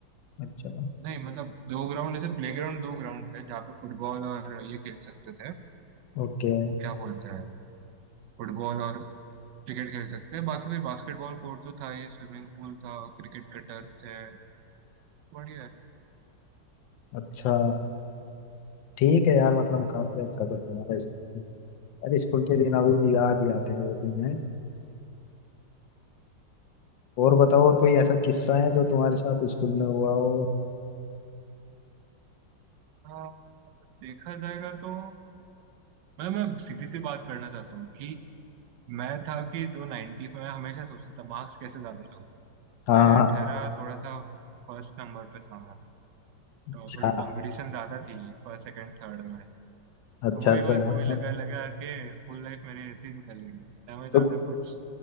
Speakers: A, on the left (about 80°); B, on the right (about 75°).
A: अच्छा
B: नहीं मतलब दो ग्राउंड ऐसे प्लेग्राउंड दो ग्राउंड थे जहाँ पे फुटबॉल और ये खेल सकते थे
A: ओके
B: क्या बोलते हैं फुटबॉल और क्रिकेट खेल सकते हैं बाकी भाई बास्केटबॉल कोर्ट तो था ही स्विमिंग पूल था क्रिकेट का टर्फ है बढ़िया है
A: अच्छा ठीक है यार मतलब काफी अच्छा था तुम्हारा स्कूल अरे स्कूल के दिन अभी भी याद ही आते हैं वो दिन है और बताओ और कोई ऐसा किस्सा है जो तुम्हारे साथ स्कूल में हुआ हो
B: हाँ, देखा जाएगा तो मैं मैं सीधी सी बात करना चाहता हूँ कि मैं था कि जो 90 पे मैं हमेशा सोचता था मार्क्स कैसे ज्यादा लाऊं
A: हाँ
B: मैं
A: हाँ,
B: ठहरा थोड़ा सा फर्स्ट नंबर पे था मैं
A: अच्छा
B: तो थोड़े कंपटीशन ज्यादा थी फर्स्ट सेकंड थर्ड में
A: अच्छा
B: तो वही
A: अच्छा
B: बस
A: हाँ।
B: वही लगा लगा के स्कूल लाइफ मेरी ऐसी ही निकल गई ना मैं ज्यादा
A: तो
B: कुछ